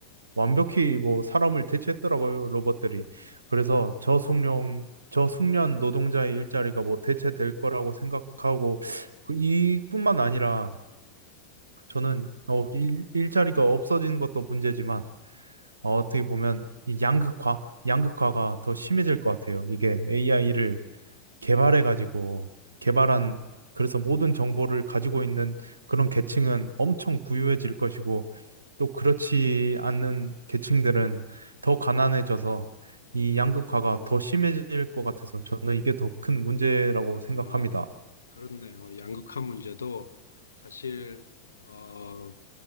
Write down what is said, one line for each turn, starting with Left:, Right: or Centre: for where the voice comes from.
Right: 완벽히 뭐 사람을 대체했더라고요, 로봇들이. 그래서 저숙련, 저숙련 노동자의 일자리가 뭐 대체될 거라고 생각하고 그 이뿐만 아니라 저는 어, 일, 일자리가 없어진 것도 문제지만 어, 어떻게 보면 이 양극화, 양극화가 더 심해질 것 같아요. 이게 AI를 개발해가지고 개발한 그래서 모든 정보를 가지고 있는 그런 계층은 엄청 부유해질 것이고 또 그렇지 않는 계층들은 더 가난해져서 이 양극화가
Left: 음,
Right: 더 심해질 것 같아서 저는 이게 더 큰 문제라고 생각합니다.
Left: 아, 그렇네요. 양극화 문제도 사실, 어,